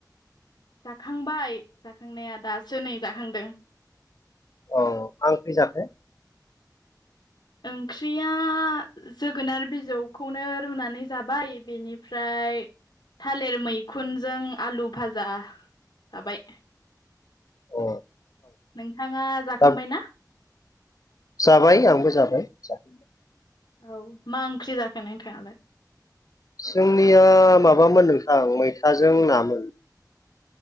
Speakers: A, on the left; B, on the left.
A: जाखांबाय जाखांनाया दासो नै जाखांदों।
B: अ मा ओंख्रि जाखो?
A: ओंख्रिया जोगोनार बि बिजौखौनो रुनानै जाबाय बेनिफ्राय। थालिर मैखुनजों आलु भाजा जाबाय।
B: औ।
A: नोंथाङा जाखांबाय
B: दा
A: ना?
B: जाबाय आंबो जाबाय जाबाय।
A: औ मा ओंख्रि जाखो नोंथाङालाय?
B: जोंनिया माबामोन नोंथां मैथाजों नामोन।